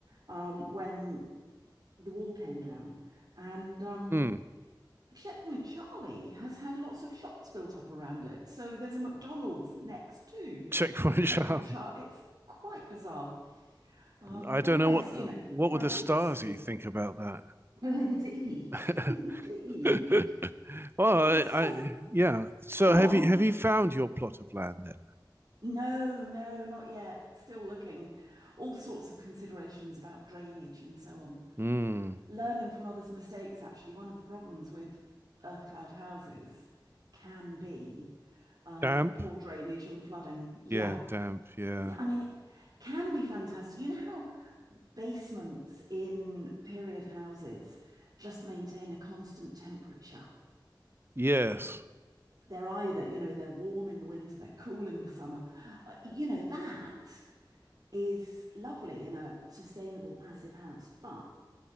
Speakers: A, on the right; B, on the right.
A: um, when the wall came down, and um,
B: Hmm.
A: Checkpoint Charlie has had lots of shops built up around it. So there's a McDonald's next to
B: Checkpoint
A: Checkpoint
B: <laughs> Charlie.
A: Charlie. It's quite bizarre. Um,
B: I don't
A: but the
B: know
A: rest,
B: what
A: you know,
B: what
A: fabulous
B: would the Stasi
A: city.
B: think about that.
A: Well, indeed,
B: <laughs>
A: <laughs> indeed.
B: <laughs> well, I,
A: So
B: I, yeah. So
A: go
B: have
A: on.
B: you have you found your plot of land then?
A: No, no, not yet. Still looking. All sorts of considerations about drainage and so on.
B: Mm.
A: Learning from others' mistakes, actually, one of the problems with earth cloud houses can be um,
B: Damp?
A: poor drainage and flooding. Yeah.
B: Yeah, damp. Yeah.
A: Yeah. I mean, it can be fantastic. You know how basements in period houses just maintain a constant temperature?
B: Yes.
A: They're either, you know, they're warm in the winter, they're cool in the summer. Uh, you know, that is lovely in a sustainable passive house, but